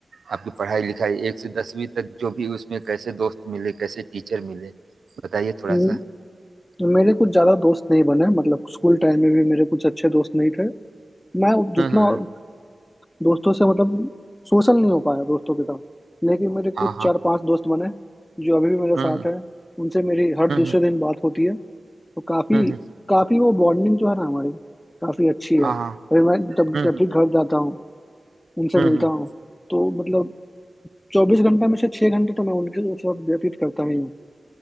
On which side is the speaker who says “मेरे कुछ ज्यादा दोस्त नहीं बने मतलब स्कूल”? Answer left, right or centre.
Left